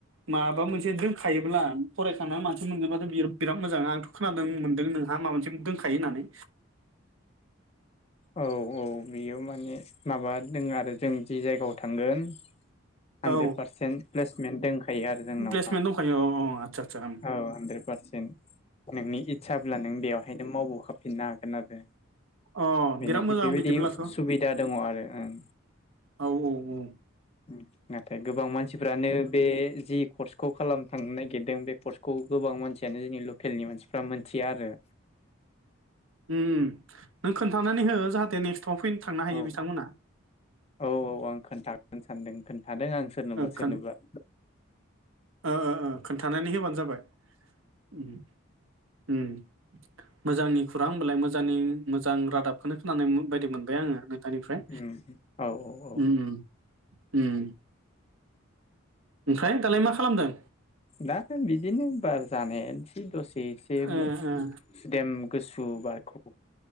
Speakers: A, on the right (about 80°); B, on the left (about 30°).
A: माबा मोनसे दों खायोब्ला फरायखाना माथो मोनदोंबाथ' बिर-बिराद मोजां आंथ' खोनादों मोनदों नोंहा माबा मोनसे दोंखा खायो होननानै
B: औ औ बेयो माने माबा दोङो आरो जों जि जायगायाव थांगोन हानड्रेड
A: औ
B: पारसेन्ट प्लेसमेन्ट दोनखायो आरो जोंनावहा
A: प्लेसमेन्ट दंखायो औ औ आदसा आदसा
B: औ हानड्रेड पारसेन्ट नोंनि इस्साब्ला नों बेवहायनो मावबोखाब फिननो हागोन आरो
A: अ
B: बेनोखि
A: बिराद मोजां
B: बेबायदि
A: बिदिब्लाथ' औ
B: सुबिदा दङो आरो ओं।
A: औ औ औ।
B: उम नाथाय गोबां मानसिफ्रानो बे जि कर्स खौ खालाम थांनो नागिरदों बे कर्सखौ गोबां मानसियानो जोंनि लकेलनि मानसिफ्रा मोनथिया आरो।
A: उम उम नों खोन थानानै हो जाहाथे नेक्स्टआव फैनो थांनो हायो
B: औ
A: बिथांमोना।
B: औ औ आं खोन्थागोन सानदों खोनथादों आं सोरनोबा
A: खोन
B: सोरनोबा।
A: ओ ओ ओ खोन्थानानै होबानो जाबाय उम उम मोजांनि खौरां होनबालाय मोजांनि मोजां रादाब। बेखौनो खोनानाय बायदि मोनबाय आङो नोंथांनिफ्राय
B: उम औ औ औ
A: उम उम। उम ओमफ्राय दालाय मा खालामदों
B: दा बिदिनो बार जानाय। एसे दसे एसे
A: ओ ओ
B: सुदेम गुसु बारखौ